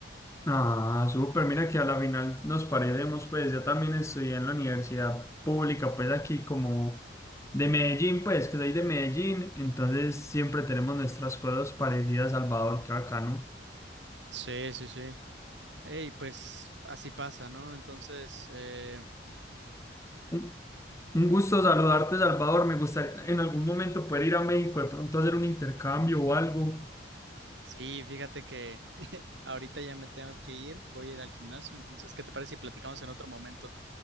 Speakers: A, on the left; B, on the right.
A: Ah, súper, mira que a la final nos parecemos, pues yo también estudié en la universidad pública, pues aquí como de Medellín, pues que soy de Medellín, entonces siempre tenemos nuestras cosas parecidas, Salvador, qué bacano.
B: Sí, sí, sí. Y pues así pasa, ¿no? Entonces, eh,
A: Un un gusto saludarte, Salvador. Me gustaría en algún momento poder ir a México, de pronto hacer un intercambio o algo
B: sí, fíjate que ahorita ya me tengo que ir, voy a ir al gimnasio, entonces, ¿qué te parece si platicamos en otro momento?